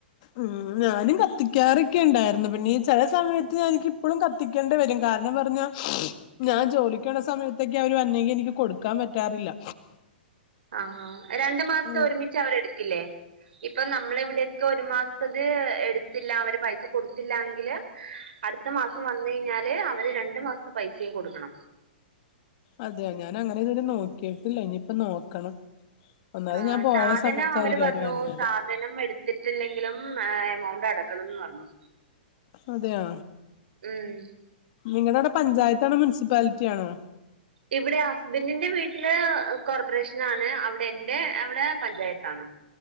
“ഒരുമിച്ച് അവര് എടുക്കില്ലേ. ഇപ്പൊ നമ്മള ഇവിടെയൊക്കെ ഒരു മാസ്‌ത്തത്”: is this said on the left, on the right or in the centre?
Right